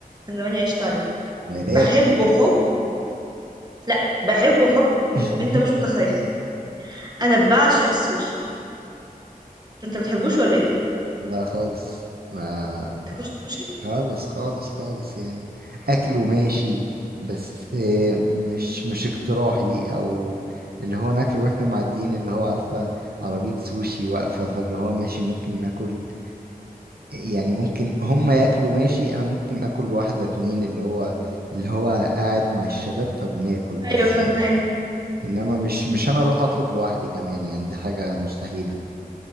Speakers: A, on the right; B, on the right.
A: كان زماني عشت عليه
B: علاج
A: بحبه حب لا بحبه حب م-
B: <laughs>
A: انت مش متخيل انا بعشق السوشي انت بتحبوش ولا ايه
B: لا خالص ما...
A: تاكلش
B: ما
A: سوشي
B: خالص خالص خالص يعني اكل وماشي بس آه، مش مش اقتراحي او اللي هو ناكله واحنا معديين اللي هو عارفه عربيه سوشي واقفه فاللي هو ماشي ممكن ناكل يعني ممكن هم ياكلوا ماشي انا ممكن اكل واحدة اتنين اللي هو اللي هو قاعد مع الشباب فبناكل بس
A: ايوه فاهماك
B: إن- انما مش مش انا اروح اطلب لوحدي كمان يعني دي حاجة مستحيلة